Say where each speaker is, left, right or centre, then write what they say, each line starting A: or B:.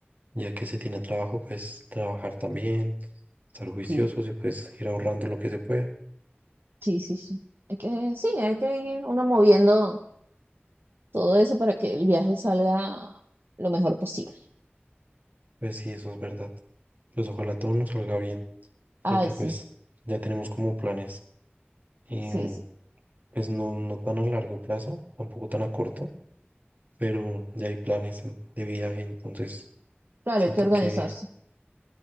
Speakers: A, on the right; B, on the right.
A: ya que se tiene trabajo, pues trabajar también, estar juiciosos
B: Sí,
A: y pues ir ahorrando lo que se pueda.
B: sí, sí, sí. Hay que, sí, hay que ir uno moviendo todo eso para que el viaje salga lo mejor posible.
A: Pues sí, eso es verdad. Pues ojalá todo nos salga bien,
B: Ay,
A: porque
B: sí,
A: pues ya tenemos como planes, em,
B: sí, sí.
A: pues no, no tan a largo plazo, tampoco tan a corto, pero ya hay planes en- de viaje, entonces
B: Claro,
A: siento
B: hay que organizarse.
A: que